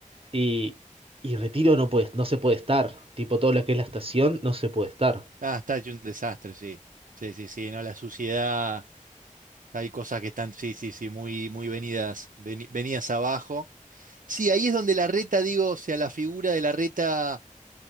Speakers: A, on the right; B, on the right.
A: Y, y Retiro no puede, no se puede estar. Tipo, todo lo que es la estación no se puede estar.
B: Ah, está hecho un desastre, sí. Sí, sí, sí, ¿no? La suciedad, hay cosas que están, sí, sí, sí, muy, muy venidas, veni- venidas abajo. Sí, ahí es donde la reta, digo, o sea, la figura de la reta,